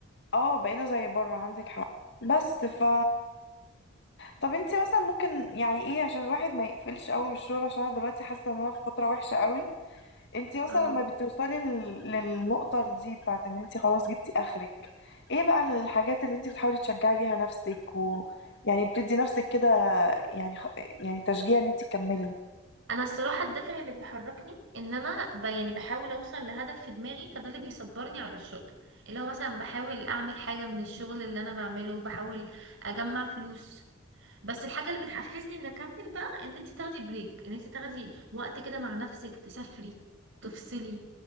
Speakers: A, on the left; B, on the right.
A: اه بقينا زي بره عندك حق بس ف طب انتي مثلا ممكن يعني ايه عشان الواحد ما يقفلش قوي من الشغل عشان انا دلوقتي حاسة ان انا في فترة وحشة قوي انتي مثلا
B: اه
A: لما بتوصلي لل- للنقطة دي بتاعت ان انتي خلاص جبتي اخرك ايه بقى الحاجات اللي انتي بتحاولي تشجعي بيها نفسك و يعني بتدي نفسك كده يعني خ... يعني تشجيع ان انتي تكملي
B: انا الصراحه الدافع اللي بيحركني ان انا ب... يعني بحاول اوصل لهدف في دماغي فده اللي بيصبرني على الشغل اللي هو مثلا بحاول اعمل حاجه من الشغل اللي انا بعمله بحاول اجمع فلوس بس الحاجه اللي بتحفزني ان اكمل بقى ان انت تاخدي بريك ان انت تاخدي وقت كده مع نفسك تسافري تفصلي